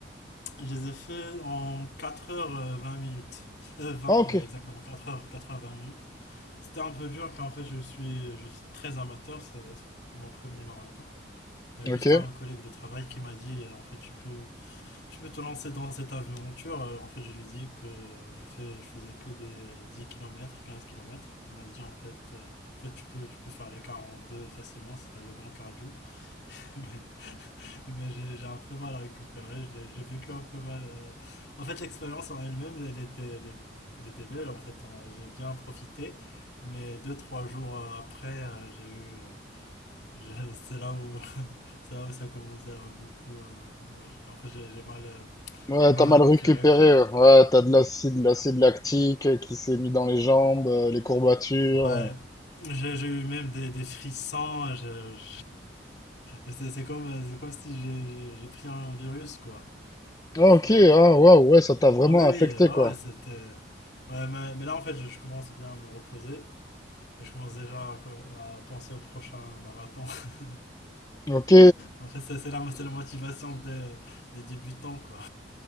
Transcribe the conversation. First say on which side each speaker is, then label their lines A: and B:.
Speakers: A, on the left; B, on the left.
A: Je les ai fait en quatre heures euh, vingt minutes. Euh, 20,
B: Ah ok,
A: euh, exactement, quatre heures quatre heures vingt minutes. C'était un peu dur car en fait je suis, je suis très amateur, c'est c'est mon premier marathon. Il y a juste
B: ok.
A: un collègue de travail qui m'a dit en fait tu peux, Tu peux te lancer dans cette aventure. Euh, En fait, je lui ai dit que je fais, je faisais que des euh, 10 kilomètres, 15 kilomètres. Elle m'a dit en fait, euh, en fait tu peux, tu peux faire les 42 facilement si tu as le bon cardio. <laughs> Mais, mais j'ai j'ai un peu mal à récupérer. J'ai j'ai vécu un peu mal. euh. En fait, l'expérience en elle-même, elle était, elle, est- elle était belle. En fait, en- j'ai bien profité. Mais deux trois jours euh, après, euh, j'ai eu. euh, je- C'est là où, <laughs> c'est là où ça commençait à beaucoup. euh, En fait, j'ai j'ai mal, euh,
B: Ouais,
A: j'ai mal
B: t'as mal
A: récupéré
B: récupéré.
A: quoi.
B: euh. Ouais, t'as de l'acide, l'acide lactique qui s'est mis dans les jambes, euh, les courbatures.
A: Ouais, j'ai j'ai eu même des, des frissons. euh, je- je- <laughs> C'est c'est comme, euh, c'est comme si j'ai j'ai- j'ai pris un virus, quoi.
B: Ah,
A: C'est-
B: ok, ah, waouh, ouais, ça t'a vraiment
A: Ah oui, oui,
B: affecté,
A: ouais,
B: quoi.
A: ouais, c'était. Ouais, mais, mais là, en fait, je, je commence bien à me reposer. Et je commence déjà à, co- à penser au prochain marathon. <laughs>
B: Ok,
A: En fait, c'est c'est la, c'est la motivation des, des débutants, quoi.